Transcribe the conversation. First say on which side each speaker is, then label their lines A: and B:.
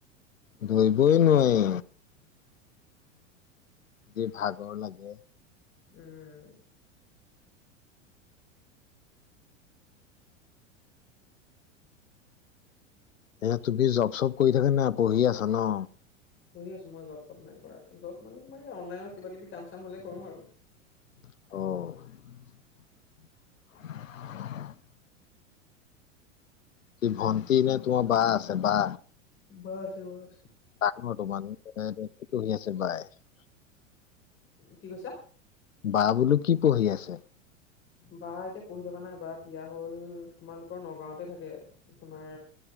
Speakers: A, on the left; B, on the left.
A: ধৰিবই নোৱাৰি। যি ভাগৰ লাগে।
B: উম।
A: এয়া তুমি জব চব কৰি থাকা না পঢ়ি আছা ন।
B: পঢ়ি আছো মই জব চব নাই কৰা জব মানে তোমাৰ অনলাইনত কিবা কিবি কাম চাম হ'লে কৰো আৰু।
A: অ'। কি ভন্টি নে তোমাৰ বা আছে বা।
B: বা বা আছে।
A: তাকনো তোমালেকে কি পঢ়ি আছে বাই। <unintelligible>
B: কি কৈছা?
A: বা বোলো কি পঢ়ি আছে?
B: বা এতিয়া পঢ়ি থকা নাই বা বিয়া হল, তোমালোকৰ নগাঁওতে থাকে। তোমাৰ